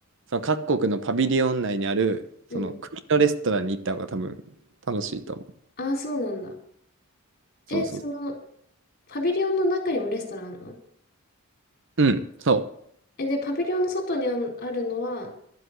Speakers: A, on the right; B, on the left.
A: その各国のパビリオン内にある、
B: うん。
A: その国のレストランに行った方が多分楽しいと思う。
B: ああ、そうなんだ。
A: そうそう。
B: え、その、パビリオンの中にもレストランあるの
A: うん、そう。
B: え、で、パビリオンの外にあんあるのは、